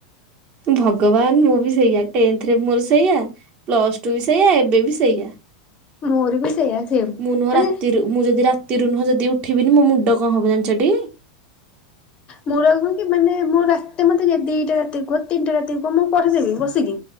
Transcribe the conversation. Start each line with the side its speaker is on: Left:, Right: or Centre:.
Right: ଭଗବାନ ମୁଁ ବି ସେଇଆ ଟେନ୍ଥରେ ମୋର ସେଇଆ ପ୍ଲସ୍ ଟୁ ବି ସେଇଆ ଏବେ ବି ସେଇଆ।
Left: ମୋର ବି ସେଇଆ। ସେମ୍
Right: ମୁଁ ନୁହଁ
Left: ମାନେ
Right: ରାତିରୁ ମୁଁ ଯଦି ରାତିରୁ ନୁହଁ ଯଦି ଉଠିବିନି ମୋ ମୁଣ୍ଡ କଣ ହବ ଜାଣିଛ ଟି?
Left: ମୋର କ କି ମାନେ ମୋ ରାତି ମତେ ଦିଟା ରାତି କୁହ ତିନଟା ରାତି କୁହ ମୁଁ ପଢିଦେବି ବସିକି।